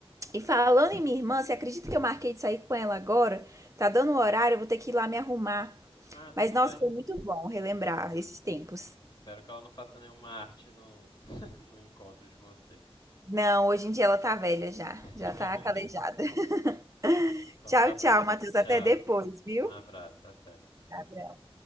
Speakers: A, on the right (about 30°); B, on the left (about 40°).
A: E falando em minha irmã, você acredita que eu marquei de sair com ela agora? Tá dando o horário, eu vou ter que ir lá me arrumar.
B: ah, tudo
A: Mas, nossa,
B: bem.
A: foi muito bom relembrar esses tempos.
B: Espero que ela não faça nenhuma arte no, <laughs> no encontro de vocês.
A: Não, hoje em dia ela tá velha já.
B: <laughs>
A: Já tá calejada. <laughs>
B: então
A: Tchau,
B: tá bom.
A: tchau, Matheus.
B: Tchau.
A: Até depois, viu?
B: Um abraço, até.
A: Abraço.